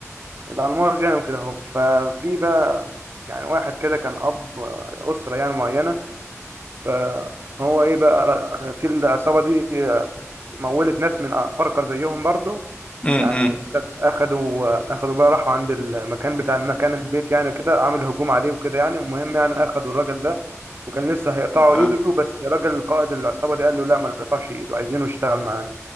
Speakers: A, on the right; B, on the left.
A: الألماس يعني وكده اهو ففي بقى يعني واحد كده كان أب أسرة يعني معينة ف- فهو إيه بقى في العصابة دي مولت ناس من آه، فرقة زيهم برضو
B: امم
A: يعني
B: امم
A: أخد- اخدوا اخدوا بقى راحوا عند المكان بتاع المكان البيت يعني كده عامل هجوم عليه وكده يعني المهم يعني اخدوا الراجل ده وكان لسه هيقطعوا
B: اه
A: ايده بس راجل قائد العصابة دي قال له لا ما تقطعش ايده عايزينه يشتغل معانا